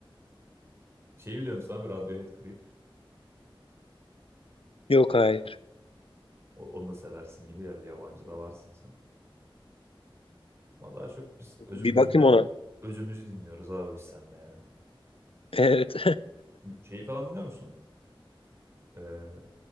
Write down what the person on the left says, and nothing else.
Yok hayır.
Bir bakayım ona.
Evet.